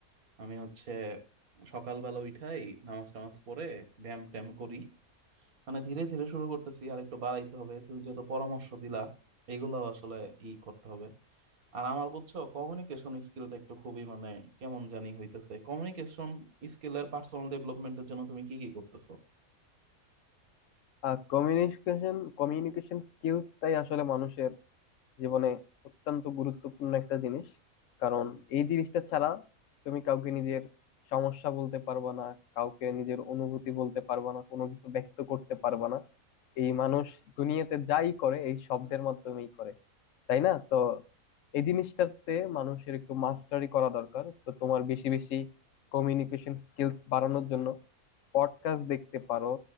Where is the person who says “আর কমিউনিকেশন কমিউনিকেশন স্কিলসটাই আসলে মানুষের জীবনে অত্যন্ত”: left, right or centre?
Left